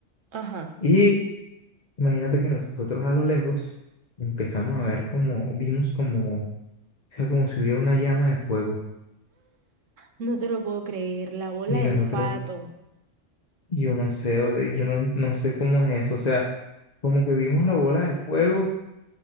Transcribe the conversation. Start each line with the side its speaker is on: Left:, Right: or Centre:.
Right: Ajá.
Left: Y imagínate que nosotros a lo lejos empezamos a ver como, vimos como, o sea, como si hubiera una llama de fuego.
Right: No te lo puedo creer, la bola
Left: Y nosotros,
Right: del fato.
Left: yo no sé, o sea, yo no, no sé cómo es eso. O sea, como que vimos la bola de fuego